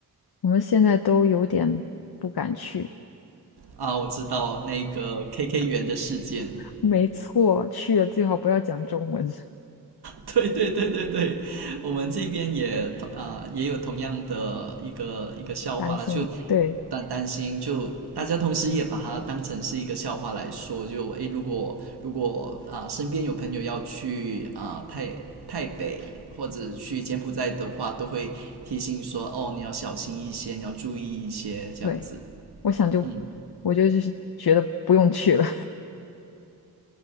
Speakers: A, on the left (about 75°); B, on the right (about 85°).
A: 我们现在都有点不敢去。
B: 啊，我知道那个 KK 园的事件。<laughs>
A: 没错，去了最好不要讲中文，
B: 对对对对对，我们这边也同啊、也有同样的一个一个笑话啦，
A: <laughs> 担心。
B: 就
A: 对
B: 担担心，就大家同时也把它当成是一个笑话来说。就诶，如果如果啊、呃身边有朋友要去啊、呃泰泰北或者去柬埔寨的话，都会提醒说哦，你要小心一些，你要注意一些这样子。
A: 对，我想就
B: 嗯，
A: 我就就是觉得不用去了。